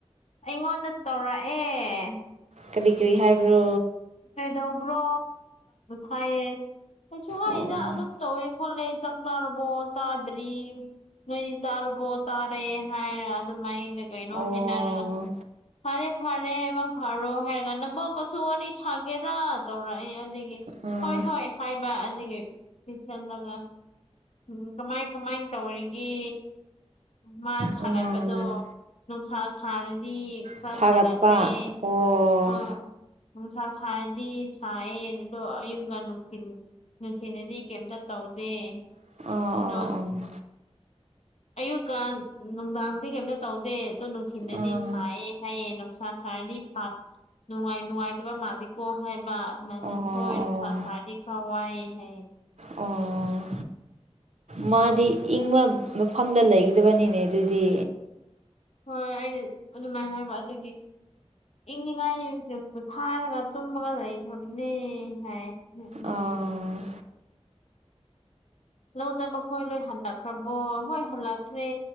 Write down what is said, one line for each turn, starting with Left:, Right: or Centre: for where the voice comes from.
Left: ꯑꯩꯉꯣꯟꯗ ꯇꯧꯔꯛꯑꯦ
Right: ꯀꯔꯤ ꯀꯔꯤ ꯍꯥꯏꯕ꯭ꯔꯣ
Left: ꯀꯩꯗꯧꯕ꯭ꯔꯣ ꯍꯥꯏꯌꯦ ꯀꯁꯨ ꯍꯥꯏꯔꯤꯗ
Right: ꯑꯣ
Left: ꯑꯗꯨꯝ ꯇꯧꯋꯦ ꯍꯣꯂꯦ ꯆꯪ ꯆꯥꯔꯔꯕꯣ ꯆꯗ꯭ꯔꯤ ꯅꯣꯏꯗꯤ ꯆꯥꯔꯕꯣ ꯆꯥꯔꯦ ꯍꯥꯏꯔ ꯑꯗꯨꯃꯥꯏꯅ ꯀꯩꯅꯣ
Right: ꯑꯣ
Left: ꯍꯥꯏꯅꯔ ꯐꯔꯦ ꯐꯔꯦ ꯃꯪ ꯐꯥꯔꯣ ꯍꯥꯏꯔꯒ ꯅꯕꯣꯛꯀꯁꯨ ꯋꯥꯔꯤ ꯁꯥꯒꯦꯔꯥ ꯇꯧꯔꯛꯑꯦ ꯑꯗꯨꯗꯒꯤ
Right: ꯎꯝ
Left: ꯍꯣꯏ ꯍꯣꯏ ꯍꯥꯏꯥꯏꯕ ꯑꯗꯒꯤ ꯆꯜꯂꯒ ꯎꯝ ꯀꯃꯥꯏ ꯀꯃꯥꯏ ꯇꯧꯔꯤꯒꯦ ꯃꯥ ꯁꯥꯒꯠꯄꯗꯣ
Right: ꯎꯝ
Left: ꯅꯨꯡꯁꯥ ꯁꯥꯔꯗꯤ ꯈꯔ
Right: ꯁꯥꯒꯠꯄ
Left: ꯁꯥꯒꯠꯂꯦ
Right: ꯑꯣ
Left: ꯑ ꯅꯨꯡꯁꯥ ꯁꯔꯗꯤ ꯁꯥꯏꯌꯦ ꯑꯗꯣ ꯑꯌꯨꯛꯀ ꯅꯨꯡꯊꯤꯜ ꯅꯨꯡꯊꯤꯟꯗꯗꯤ ꯀꯩꯏꯝꯇ ꯇꯧꯗꯦ
Right: ꯑꯣ ꯑꯣ
Left: ꯑꯗꯣ
Right: ꯑꯣ
Left: ꯑꯌꯨꯛꯀ ꯅꯨꯡꯗꯥꯡꯗꯤ ꯀꯩꯝꯇ ꯇꯧꯗꯦ ꯑꯗꯣ ꯅꯨꯡꯊꯤꯤꯟꯗꯗꯤ
Right: ꯑꯥ
Left: ꯁꯥꯏꯌꯦ ꯍꯥꯏꯌꯦꯦ ꯅꯨꯡꯁꯥ ꯁꯥꯔꯗꯤꯥ ꯅꯨꯡꯉꯥꯏ ꯅꯨꯡꯉꯥꯏ ꯀ ꯃꯜꯛꯣ ꯍꯥꯏꯦꯕ ꯃ
Right: ꯑꯥ ꯑꯣ
Left: ꯍꯣꯏꯔꯅꯨꯡ ꯆꯥ
Right: ꯑꯣ
Left: ꯆꯥꯗꯤ ꯈꯋꯥꯥꯏꯍꯦ
Right: ꯑꯣ
Left: ꯎꯝ
Right: ꯃꯥꯗꯤ ꯏꯪꯕ ꯃꯐꯝꯗ ꯂꯩꯒꯗꯕꯅꯤꯅꯦ ꯑꯗꯨꯏꯗꯤ
Left: ꯍꯣꯏꯣꯏ ꯑꯩ ꯑꯗꯨꯃꯥꯏꯅ ꯍꯥꯏꯕ ꯑꯗꯨꯒꯤ ꯏꯪꯅꯤꯡꯉꯥꯏ ꯊꯥꯔꯒ ꯇꯨꯝꯃꯒ ꯂꯩꯈ꯭ꯔꯕꯅꯦ ꯍꯥꯏ ꯅꯒꯤ
Right: ꯑꯥ
Left: ꯂꯧ ꯆꯥꯕ ꯈꯣꯏ ꯂꯣꯏ ꯍꯜꯂꯛꯈ꯭ꯔꯕꯣ ꯍꯣꯏ ꯍꯜꯂꯛꯈ꯭ꯔꯦ